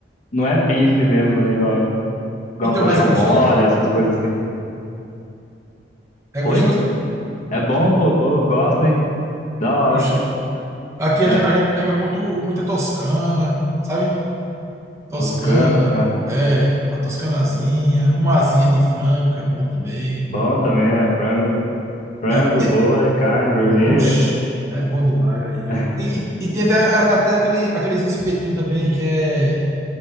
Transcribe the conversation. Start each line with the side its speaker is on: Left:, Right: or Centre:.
Left: não é bife mesmo, né? Igual, igual
Right: Então,
Left: colchão
Right: mas é gostoso?
Left: mole, essas coisas assim.
Right: É
Left: Oi?
Right: gostoso?
Left: É bom, pô, pô, gosto, hein? Da hora.
Right: Oxi. Aqui
Left: É,
Right: a, ge- a gente pega muito, muita toscana, sabe? Toscana,
Left: toscana, ah,
Right: é, uma toscanazinha, uma asinha de frango, que é bom também.
Left: bom também, é frango. Frango,
Right: É, tem-
Left: boi, carne vermelha.
Right: Oxe, é bom demais, velho.
Left: <laughs>
Right: E, e- e tem até, a- até aquele, aqueles espetinhos também que é